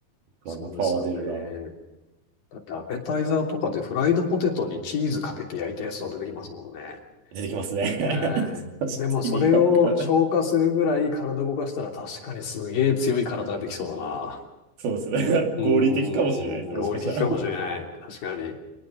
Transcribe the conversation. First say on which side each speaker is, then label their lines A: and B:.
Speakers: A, on the right; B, on the left.
A: 当。
B: そうですよね。
A: あんなパワー出るな。
B: だってアペタイザーとかでフライドポテトにチーズかけて焼いたやつとか出てきますもんね。
A: 出てきますね。<laughs> ちょっと意味がわからない。
B: えーでもそれを消化するぐらい体動かしたら確かにすげえ強い体ができそうだな。
A: そうですね。
B: うーん、
A: <laughs> 合理的かもしれないですね。
B: 合理的かもしれない。
A: もしかしたら。
B: 確かに。